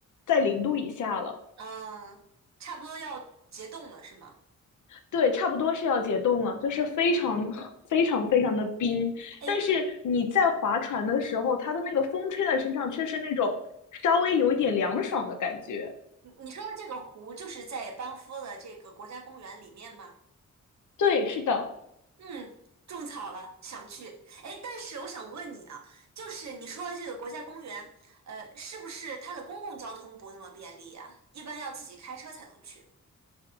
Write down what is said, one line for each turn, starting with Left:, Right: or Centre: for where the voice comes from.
Left: 在零度以下了，
Right: 嗯，差不多要结冻了是吗？
Left: 对，差不多是要解冻了，就是非常非常非常的冰。
Right: 哎，
Left: 但是你在划船的时候，它的那个风吹在身上，却是那种稍微有一点凉爽的感觉。
Right: 你你说的这个湖就是在班夫的这个国家公园里面吗？
Left: 对，是的。
Right: 嗯，种草了，想去。哎，但是我想问你啊，就是你说的这个国家公园，呃，是不是它的公共交通不那么便利呀？一般要自己开车才能去。